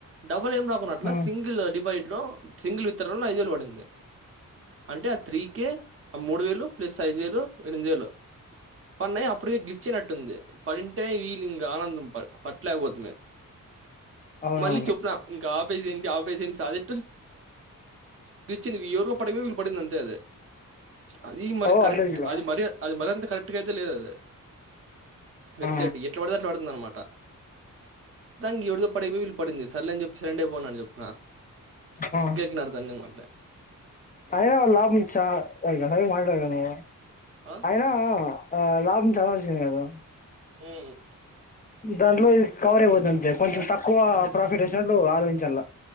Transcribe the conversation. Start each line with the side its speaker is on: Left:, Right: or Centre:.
Right: డబుల్ ఏం రాకున్నట్ల
Left: ఓ
Right: సింగిల్ డిపాజిట్ లో సింగిల్ విత్త డ్రాలో ఐదు వేలు పడింది అంటే ఆ త్రీ కె ఆ మూడు వేలు ప్లస్ ఐదు వేలు ఎనిమిది వేలు పన్నాయి అప్పటికే గిలిచేనట్టుంది పన్న తే వీళ్ళ ఇంకా ఆనందం పట్టలేకపోతుమే
Left: అవునవును
Right: మళ్ళీ చెప్పున ఇంకా ంటి ఆఫ అది ఎ్రి యోగ పడమే వీళ పడిందింత అదు అది మరి
Left: ఓ
Right: కరెక్ట్
Left: అట్లా తీసుకో
Right: అది మ అది మర్యాంత కరెక్ట్ అట్కైతే లేదు అది వెబ్సైట్
Left: ఆ
Right: ఎట్లా పడుద అట్లా పడుతుంది అన్నమాట మొత్తనికి ఎవడిదో పడిపోయి వీళు పడింది సర్లే అని చెప్పిసి రెండే పోన్నాను చెప్ప
Left: ఆ
Right: గేట్ నడదా నిమ్ మల్డ
Left: అయినా వాళ్ళ లాభం మంచ మద నువ్
Right: ఆ
Left: అయినా ఆ లాభం చాలా వచ్చింది కదా
Right: హమ్
Left: దాంట్లో ఇది కవర్ అయిపోతుంది అంతే కొంచెం
Right: ఆ?
Left: తక్కువ ప్రాఫిట్ వచ్చినట్లు ఆలోచించాల